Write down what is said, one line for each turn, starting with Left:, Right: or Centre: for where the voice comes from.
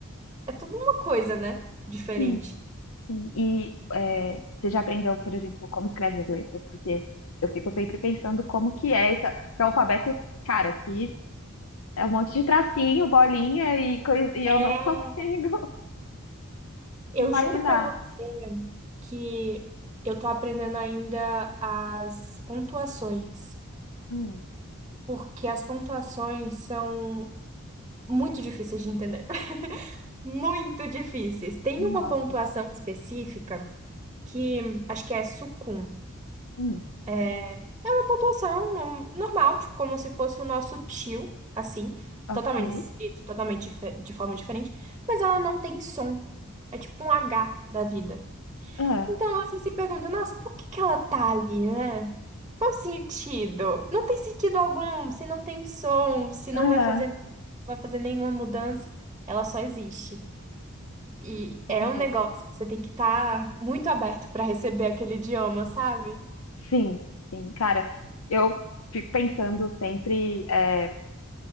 Right: é toda uma coisa, né? Diferente.
Left: Sim, sim. E é, você já aprendeu, por exemplo, como escreve as letras? Porque eu fico sempre pensando como que é esse, esse alfabeto, cara, que é um monte de tracinho, bolinha e coisa, e
Right: É,
Left: eu não <laughs> consigo
Right: eu
Left: imaginar.
Right: juro pra você que eu tô aprendendo ainda as pontuações,
Left: Hum,
Right: porque as pontuações são muito difíceis de entender. <laughs> Muito difíceis. Tem
Left: nossa.
Right: uma pontuação específica que acho que é sucum.
Left: Hum,
Right: É é uma pontuação hum, normal, tipo, como se fosse o nosso tio, assim,
Left: ok.
Right: totalmente escrito, totalmente dife- de forma diferente, mas ela não tem som. É tipo um H da vida.
Left: Ah,
Right: Então você se pergunta, nossa, por que que ela tá ali, né? Qual o sentido? Não tem sentido algum, se não tem som, se
Left: ah,
Right: não vai fazer, não vai fazer nenhuma mudança, ela só existe. E é
Left: entendi.
Right: um negócio, você tem que estar muito aberto para receber aquele idioma, sabe?
Left: Sim, sim. Cara, eu fico pensando sempre, é,